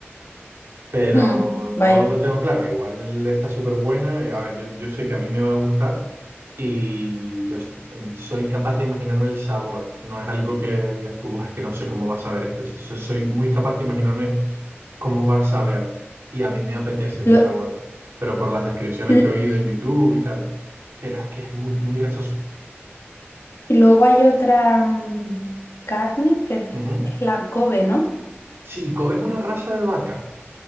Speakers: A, on the right; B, on the left.
A: pero
B: Mm,
A: no
B: vaya.
A: lo tengo claro. Igual está súper buena. A ver, yo, yo sé que a mí me va a gustar y yo s- soy capaz de imaginarme el sabor. No es algo que digas tú, "Buah, es que no sé cómo va a saber esto. So- Soy muy capaz de imaginarme cómo va a saber y a mí me apetece ese
B: Lo-
A: sabor, pero por las descripciones
B: l-
A: que he oído en YouTube y tal. Pero es que es muy, muy grasoso.
B: y luego hay otra mm, carne que es
A: Ujú.
B: es la Kobe, ¿no?
A: Sí, Kobe es una raza de vaca.